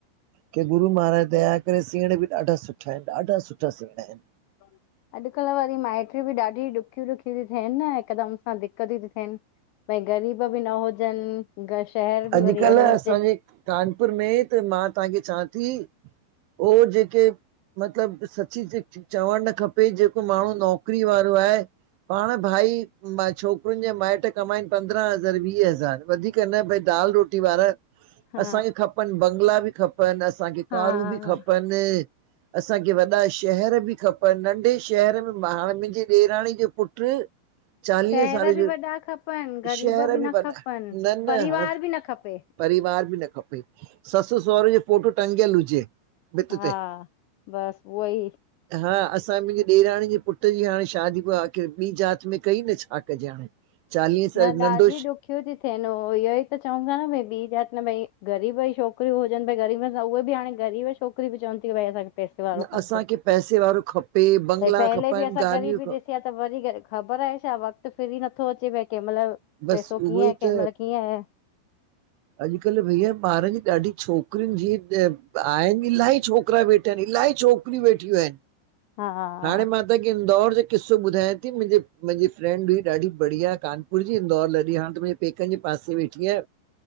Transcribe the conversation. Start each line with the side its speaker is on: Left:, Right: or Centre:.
Right: कि गुरु महाराज दया करे, सेंण बि ॾाढा सुठा आहिन, ॾाढा सुठा सेण आहिंन।
Left: <inaudible> अॼुकल्ह वरी माइट्रियूं बि ॾाढी ॾुखियूं-ॾुखियूं थी थियनि न, हिकदम सां दिक्तियूं थ्यूं थियन। भई ग़रीब बी न हुजन, ग शहर बि
Right: अॼुकल्ह
Left: वरी ऐड़ो हुजे।
Right: असांजे कानपुर में, त मां तहांखे चवां थी, ओ जेके मतलब सची-सची चवणु न खपे, जेको माणू नौकरी वारो आहे। पाण भाई, मा छोकरुन जे माइट्र कमाइन पंद्रहं हज़ार, वीह हज़ार, वधीक न भई दाल-रोटी वारा,
Left: हा
Right: असांखे खपन बंगला बि खपन, असांखे
Left: हा
Right: कारूं बि
Left: हा,
Right: खपन <inaudible> असांखे वॾा शहर बि खपन, नंढे शहर में, मा हाणे मुंजी ॾेराणी जो पुट्र चालीहें
Left: शहर
Right: साले जो,
Left: बि वॾा खपनि ग़रीब
Right: शहर बि
Left: न
Right: वॾा।
Left: खपनि
Right: न-न
Left: परिवार
Right: हाण।
Left: बि न खपे
Right: परिवार बि न खपे, ससु-सौहरे जो फोटू टंग्यल हुजे। भित
Left: हा,
Right: ते
Left: बस उओ ई।
Right: हा, असां मुंजे ॾेराणी जे पुट जी हाणे शादी पो आख़िर ॿी जात में कई न, छा कजे हाणे। चालीह स
Left: न,
Right: नंढो
Left: ॾाढी ॾु ॾुख्यूं तो थियनि उ इहो ई त चवनि था न भई ॿी जात न भई ग़रीब ई छोकिरियूं हुजनि भई ग़रीब सां उहे बि हाणे गरीब छोकरीयूं बी चवन थियूं भई असांखे पैसे वारो
Right: न,
Left: खप्पे।
Right: असांखे पैसे वारो खपे बंगला
Left: ऐं पहले
Right: खपनि
Left: भी असां
Right: गाॾियूं
Left: गरीबी
Right: ख
Left: ॾिसी ॾिठी आ, ख़बर आहे छा, वक़्तु फिरी नथो अचेव, भइ केहमल
Right: बसि
Left: पेसो
Right: उहो
Left: कीअं
Right: ई
Left: आ, केमल
Right: त
Left: कीअं आ।
Right: अॼु-कल्ह भैया ॿारनि जी ॾाढी छोकरियुन जी, आहिन इलाही छोकरा वेठा हिन, इलाही छोक करी वेठियूं एन।
Left: हा
Right: हाणे मां ताके इंदौर जो किस्सो ॿुधायां ती। मुंजी, मुंजी फ्रेंंड हुई ॾाढी बढ़िया कान पुर जी इंदौर लॾे। हाण त <unintelligible> पेकनि जे पासे वेठी आ।